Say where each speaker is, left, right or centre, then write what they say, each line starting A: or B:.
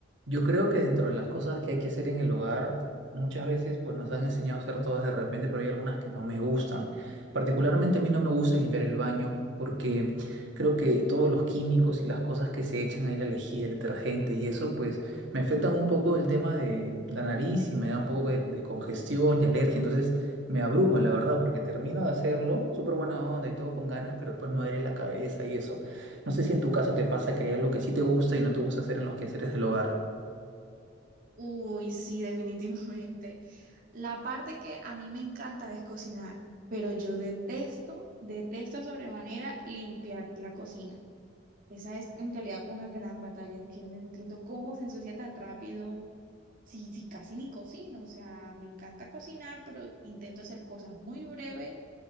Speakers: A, on the right; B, on the right.
A: Yo creo que dentro de las cosas que hay que hacer en el hogar, muchas veces pues nos han enseñado a hacer todas de repente, pero hay algunas que no me gustan. Particularmente a mí no me gusta limpiar el baño porque creo que todos los químicos y las cosas que se echan ahí, la lejía, el detergente y eso, pues me afectan un poco el tema de la nariz y me da un poco de, de congestión y alergia. Entonces me abruma, la verdad, porque termino de hacerlo, súper buena onda y todo con ganas, pero después me duele la cabeza y eso. No sé si en tu caso te pasa que hay algo que sí te gusta y no te gusta hacer en los quehaceres del hogar.
B: Uy, sí, <laughs> definitivamente. La parte que a mí me encanta es cocinar, pero yo detesto, detesto sobremanera limpiar la cocina. Esa es en realidad una gran batalla, que no entiendo cómo se ensucia tan rápido, si, si casi ni cocino. O sea, me encanta cocinar, pero intento hacer cosas muy breves